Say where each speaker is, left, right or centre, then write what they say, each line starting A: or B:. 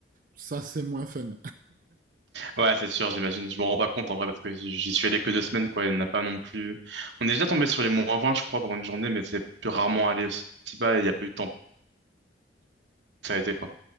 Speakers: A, on the right; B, on the right.
A: ça c'est moins fun.
B: Ouais, c'est sûr, j'imagine. Je me rends pas compte en vrai parce que j'y suis allé que deux semaines, quoi. Il n'y en a pas non plus. On est déjà tombé sur les moins 20, je crois, pendant une journée, mais c'est plus rarement allé aussi bas et il n'y a pas eu de temps. Ça a été, quoi.